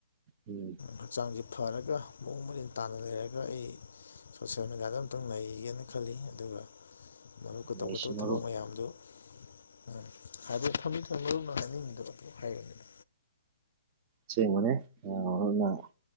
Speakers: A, on the right (about 20°); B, on the left (about 65°).
A: ꯎꯝ
B: ꯍꯛꯆꯥꯡꯁꯦ ꯐꯔꯒ ꯃꯑꯣꯡ ꯃꯔꯤꯟ ꯇꯥꯅ ꯂꯩꯔꯒ ꯑꯩ ꯁꯣꯁꯦꯜ ꯃꯦꯗꯤꯌꯥꯗ ꯑꯃꯨꯛꯇꯪ ꯂꯩꯒꯦꯅ ꯈꯜꯂꯤ ꯑꯗꯨꯒ ꯃꯗꯨꯀ
A: ꯅꯣꯏꯁꯤ
B: ꯇꯧꯒꯗꯕ
A: ꯃꯔꯨꯞ
B: ꯊꯕꯛ ꯃꯌꯥꯝꯗꯨ ꯎꯝ ꯍꯥꯏꯕꯗꯤ ꯊꯝꯕꯤ ꯊꯝꯃꯨꯅ ꯍꯥꯏꯅꯤꯡꯉꯤꯗꯕ ꯍꯥꯏꯔꯅꯤꯅ
A: ꯁꯤꯦ ꯃꯅꯦꯅ